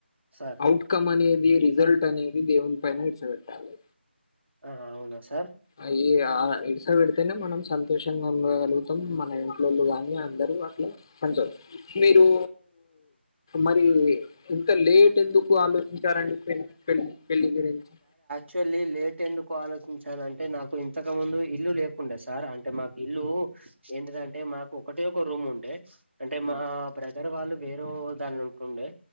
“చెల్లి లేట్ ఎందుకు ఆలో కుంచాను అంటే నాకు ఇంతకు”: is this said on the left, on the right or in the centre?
Right